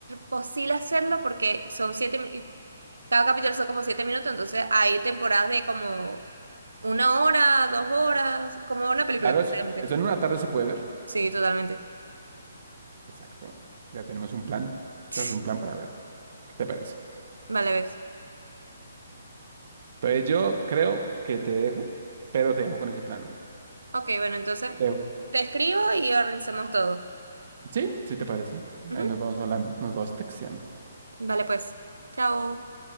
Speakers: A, on the right; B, on the right.
A: posible hacerlo porque son siete minutos. Cada capítulo son como siete minutos, entonces hay temporadas de como una hora, dos horas, como una película
B: Claro,
A: prácticamente.
B: eso, eso en una tarde se puede ver,
A: Sí, totalmente.
B: exacto, ya tenemos un plan,
A: <sniffs>
B: tenemos un plan para ver, ¿qué te parece?
A: Vale, ves.
B: Entonces yo creo que te dejo, pero te dejo con ese plan.
A: Ok, bueno, entonces
B: Te dejo.
A: te escribo y organizamos todo.
B: ¿Sí? ¿Sí te parece?
A: Ujú.
B: Ahí nos vamos hablando, nos vamos texteando.
A: Vale, pues. Chao.